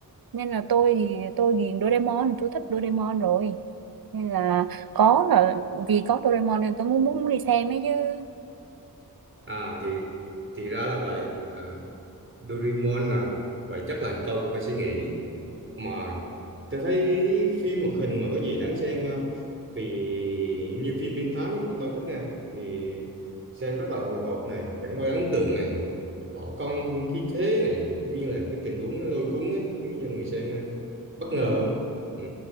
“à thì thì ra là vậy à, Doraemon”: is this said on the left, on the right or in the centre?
Right